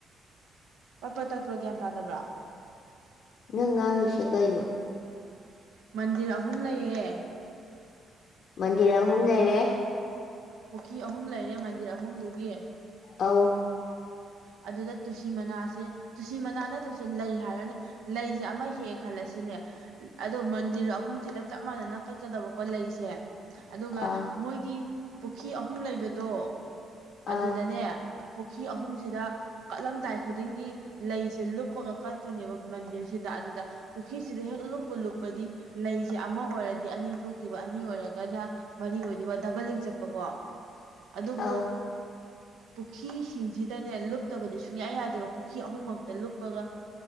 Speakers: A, on the right; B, on the left.
A: ꯄꯠ ꯄꯠ ꯇꯠꯄꯔ ꯒ꯭ꯌꯥꯟ ꯇꯥꯗꯕ꯭ꯔꯥ
B: ꯅꯪ ꯉꯥꯡꯉꯤꯁꯦ ꯀꯩꯅꯣ
A: ꯃꯟꯗꯤꯔ ꯑꯍꯨꯝ ꯂꯩꯌꯦ
B: ꯃꯟꯗꯤꯔ ꯑꯍꯨꯝ ꯂꯩꯔꯦ
A: ꯄꯨꯈꯤ ꯑꯍꯨꯝ ꯂꯩꯔꯦ ꯃꯟꯗꯤꯔ ꯑꯍꯨꯝꯗꯨꯒꯤ
B: ꯑꯥꯎ
A: ꯑꯗꯨꯗ ꯇꯨꯁꯤ ꯃꯅꯥꯁꯦ ꯇꯨꯁꯤ ꯃꯅꯥ ꯅꯠꯇ꯭ꯔꯁꯨ ꯂꯩ ꯍꯥꯏꯔꯅꯦ ꯂꯩꯁꯦ ꯑꯃ ꯍꯦꯑꯦ ꯈꯜꯂꯁꯤꯅꯦ ꯑꯗꯣ ꯃꯟꯗꯤꯔ ꯑꯍꯨꯝꯁꯤꯗ ꯆꯞ ꯃꯥꯟꯅꯅ ꯀꯠꯀꯗꯕꯀꯣ ꯂꯩꯁꯦ ꯑꯗꯨꯒ
B: ꯑꯥ
A: ꯃꯣꯏꯒꯤ ꯄꯨꯈꯤ ꯑꯍꯨꯝ ꯂꯩꯕꯗꯣ
B: ꯑꯥ
A: ꯑꯗꯨꯗꯅꯦ ꯄꯨꯈꯤ ꯑꯍꯨꯝ ꯁꯤꯗ ꯀꯠꯂꯝꯗꯥꯏ ꯈꯨꯗꯤꯡꯒꯤ ꯂꯩꯁꯦ ꯂꯨꯞꯄꯒ ꯀꯠꯇꯣꯏꯅꯦꯕ ꯃꯟꯗꯤꯔꯁꯤꯗ ꯑꯗꯨꯗ ꯄꯨꯈꯤꯁꯤꯗ ꯍꯦꯛ ꯂꯨꯞꯄꯨ ꯂꯨꯞꯄꯗꯤ ꯂꯩꯁꯦ ꯑꯃ ꯑꯣꯏꯔꯗꯤ ꯑꯅꯤ ꯊꯣꯛꯇꯨꯢꯕ ꯑꯅꯤ ꯑꯣꯏꯔꯒꯅ ꯃꯔꯤ ꯑꯣꯏꯕ ꯗꯕꯜ ꯂꯤꯡ ꯆꯠꯄꯀꯣ ꯑꯗꯨꯕꯨ
B: ꯑꯧ
A: ꯄꯨꯈꯤꯁꯤꯡꯁ ꯁꯤꯗꯅꯦ ꯂꯨꯞꯇꯕꯗꯤ ꯁꯨꯡꯌꯥ ꯌꯥꯗꯦꯕ ꯄꯨꯈꯤ ꯑꯍꯨꯝꯃꯛꯇ ꯂꯨꯞꯄꯒ